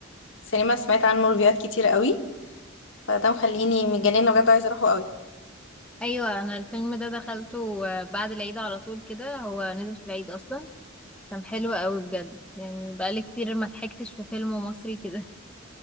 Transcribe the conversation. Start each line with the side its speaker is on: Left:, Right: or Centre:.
Left: سينما سمعت عنه ريفيوهات كتير قوي فده مخليني متجننه بجد عايزه اروحه قوي
Centre: أيوة أنا الفيلم ده دخلته آه، بعد العيد على طول كده هو نزل في العيد أصلا كان حلو قوي بجد يعني بقالي كتير ما ضحكتش في فيلم مصري كده